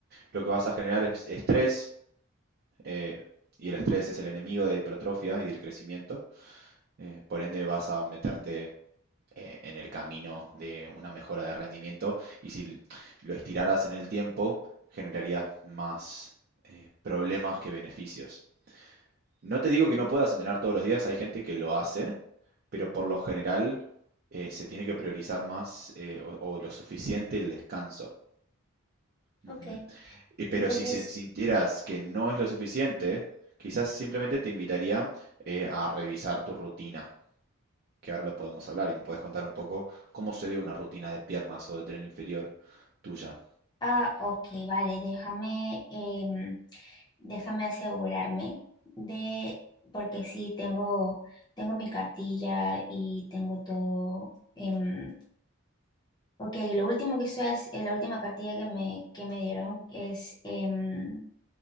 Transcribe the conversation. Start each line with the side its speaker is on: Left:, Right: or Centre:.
Right: lo que vas a generar es estrés, eh, y el estrés es el enemigo de la hipertrofia y del crecimiento. eh, por ende, vas a meterte eh, en el camino de una mejora de rendimiento y si lo estiraras en el tiempo, generarías más eh, problemas que beneficios. No te digo que
Left: ¿Eh?
Right: no puedas entrenar todos los días, hay gente que lo hace, pero por lo general eh, se tiene que priorizar más eh, o, o lo suficiente el descanso. Ujú.
Left: Ok,
Right: Y- Pero
Left: entonces,
Right: si se- sintieras que no es lo suficiente, quizás simplemente te invitaría eh, a revisar tu rutina, que ahora lo podemos hablar y me puedes contar un poco cómo se ve una rutina de piernas o de tren inferior tuya.
Left: ah, ok, vale, déjame, em, déjame asegurarme de, porque sí, tengo, tengo mi cartilla y tengo todo. em, ok, lo último que estoy, hac- eh, la última cartilla que me, que me dieron es... em,